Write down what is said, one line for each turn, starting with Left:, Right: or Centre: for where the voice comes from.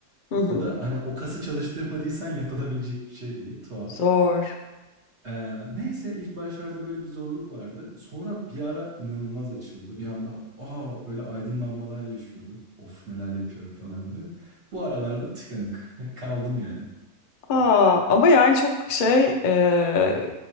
Left: Hı hı.
Right: O da hani o kası çalıştırmadıysan <laughs> yapılabilecek bir şey değil. Tuhaf.
Left: Zor.
Right: Eee, neyse ilk başlarda böyle bir zorluk vardı. Sonra bir ara inanılmaz açıldı. Bir anda aa böyle aydınlanmalar yaşıyordum. Of neler yapıyorum falan diye. Bu aralarda tıkanık <laughs> kaldım yani.
Left: Aa, ama yani çok şey e,